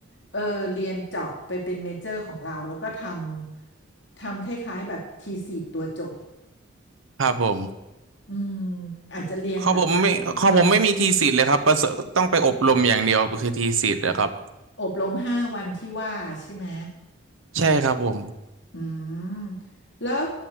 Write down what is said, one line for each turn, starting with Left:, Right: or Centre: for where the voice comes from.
Left: เออเรียนเจาะไปเป็นเมเจอร์ของเราแล้วก็ทำทำคล้ายๆแบบทีสีตัวจบ
Right: ครับผม
Left: อืมอาจจะเรียนแบบว่าต่างกัน
Right: ของผมไม่ของผมไม่มีทีสิทธิ์เลยครับประเสริฐต้องไปอบรมอย่างเดียวคือทีสิทธิ์นะครับ
Left: อบรมห้าวันที่ว่าใช่ไหม
Right: ใช่ครับผม
Left: อืมแล้ว